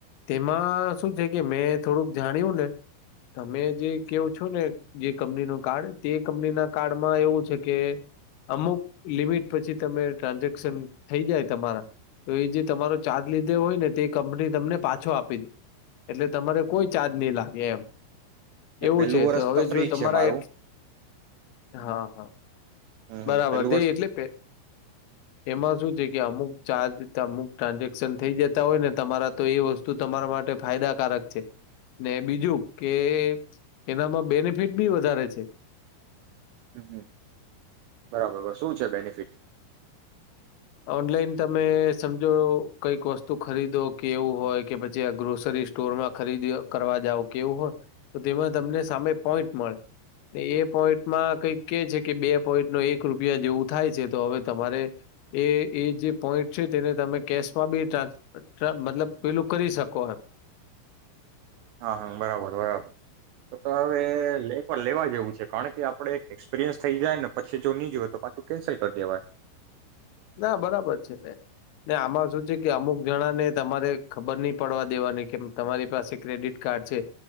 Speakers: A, on the left (about 80°); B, on the right (about 85°).
A: તેમાં શું છે કે મેં થોડુંક જાણ્યું ને તમે જે કેવો છો ને જે કંપની નો કાર્ડ તે કંપનીના કાર્ડમાં એવું છે કે અમુક લિમિટ પછી તમે ટ્રાન્ઝેક્શન થઈ જાય તમારા તો એ જે તમારો ચાર્જ લીધો હોય ને તે કંપની તમને પાછો આપી દે એટલે તમારે કોઈ ચાર્જ નહી લાગે એમ
B: એ
A: એવું
B: પેલું
A: છે
B: વર્ષ
A: તો હવે
B: ફ્રી
A: જો તમારા
B: છે મારું
A: એ, હા, હા
B: હમ
A: બરાબર
B: હમ પેલું
A: તે
B: વર્ષ
A: એટલે એમાં શું છે કે અમુક ચાર્જ અમુક ટ્રાન્ઝેક્શન થઈ જતા હોય ને તમારા તો એ વસ્તુ તમારા માટે ફાયદાકારક છે. ને બીજું કે એનામાં બેનિફિટ બી વધારે છે-
B: હમ હમ બરાબર શું છે બેનિફિટ
A: ઓનલાઈન તમે સમજો કઈક વસ્તુ ખરીદો કેવું હોય કે પછી આ ગ્રોસરી સ્ટોરમાં ખરીદ કરવા જાવ કેવું હોય તો તેમાં તમને સામે પોઈન્ટ મળે એ પોઈન્ટમાં કઈક કે છે કે બે પોઈન્ટ ન એક રૂપિયા જેવું થાય છે તો હવે તમારે એ એ જે પોઈન્ટ છે તેને તમે કેશમાં બી ટ્રા મતલબ પેલું કરી શકો હ
B: હા, હા, બરાબર બરાબર તો તો હવેે લેવા જેવું છે કારણ કે આપડે એક્સપિરિયન્સ થઈ જાય ને પછી જો નીજ હોય તો પાછું કેન્સલ કરી દેવાય.
A: ના બરાબર છે ને ને આમાં શું છે કે અમુક જણાને તમારે ખબર નહી પડવા દેવાની કે તમારી પાસે ક્રેડિટ કાર્ડ છે